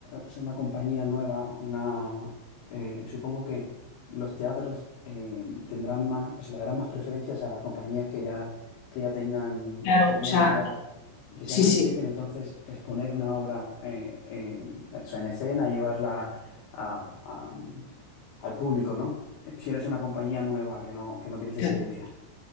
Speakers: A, on the left; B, on the left.
A: es una compañía nueva, una, eh, supongo que los teatros em, tendrán más, o se le darán más preferencias a las compañías que ya, que ya tengan
B: claro,
A: experiencia
B: o sea,
A: y que sea
B: sí,
A: más
B: sí,
A: difícil entonces exponer una obra eh, eh, o sea, en escena y llevarla a- a- al público, ¿no? Si eres una compañía nueva que no, que no tienes experiencia.
B: claro,